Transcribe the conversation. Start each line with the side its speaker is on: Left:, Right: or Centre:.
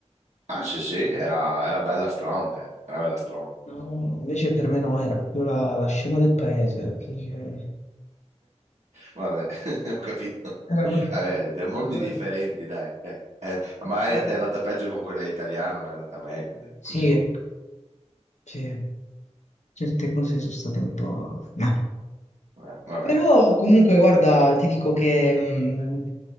Right: Ah, sì, sì, era, era bella strong, eh, Era bella strong.
Left: No, invece per me no, era proprio la, la scema del paese. quindi, eh,
Right: Vabbè, <laughs> ho capito.
Left: Era proprio...
Right: Vabbè, da mondi
Left: era proprio-
Right: differenti, dai, dai. Eh, magari
Left: eh,
Right: a te è andata peggio con quella italiana, ma è andata meglio, dai,
Left: Sì,
Right: diciamo.
Left: sì. certe cose sono state un po'... Ma
Right: Eh, vabbè,
Left: Però comunque guarda, ti dico che mh,